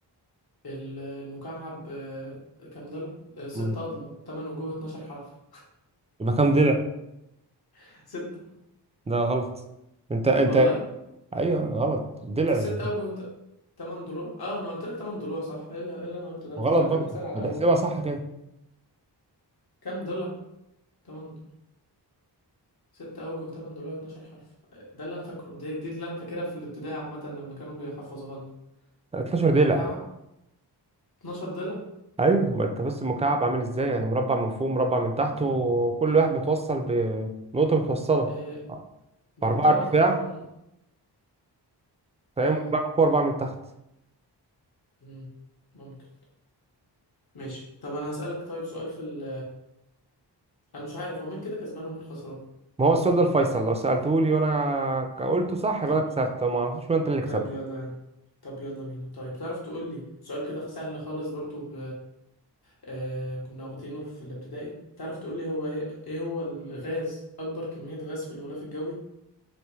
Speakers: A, on the left (about 60°); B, on the right (about 15°).
A: ال- المكعب آه، كام ضلع؟ آه، ستة
B: مم.
A: أضلاع تمن وجوه 12 حرف
B: يبقى كام ضلع؟
A: <laughs> ستة
B: لا غلط انت انت
A: والله
B: ايوه غلط دلع
A: ست اوجه ت- تمن ضلوع اه انا قلت لك تمن ضلوع صح ايه اللي إيه اللي انا قلته ده انا
B: غلط
A: فكرتك
B: برضه
A: بتسأل على
B: ما
A: اوجه
B: تحسبها صح كده
A: كام ضلع تمن ض- ست اوجه تمن ضلوع 12 حرف ده اللي انا فاكره دي دي اللي انا فاكرها في الابتدائي عامة لما كانوا بيحفظوها لنا
B: 13 دلع
A: مكعب 12 ضلع
B: ايوه ما انت بس المكعب عامل ازاي يعني مربع من فوق مربع من تحت وكل واحد متوصل بنقطه متوصله
A: آه دول
B: باربعه
A: تمن
B: ارتفاع
A: تمن
B: فهي
A: اه
B: مربع من فوق اربعه من تحت
A: مم. ممكن ماشي طب انا هسألك طيب سؤال في ال انا مش عارف هو مين كده كسبان ومين خسران
B: ما هو السؤال ده الفيصل لو سالته لي وانا ك- قلته صح
A: طب
B: يبقى انا كسبت لو ما عرفتش يبقى انت اللي كسبت
A: طب يلا يعني طب يلا بينا طيب تعرف تقول لي سؤال كده سهل خالص برضو ب... آه... كنا واخدينه في الابتدائي تعرف تقول لي هو ايه إيه هو الغاز اكبر كمية غاز في الغلاف الجوي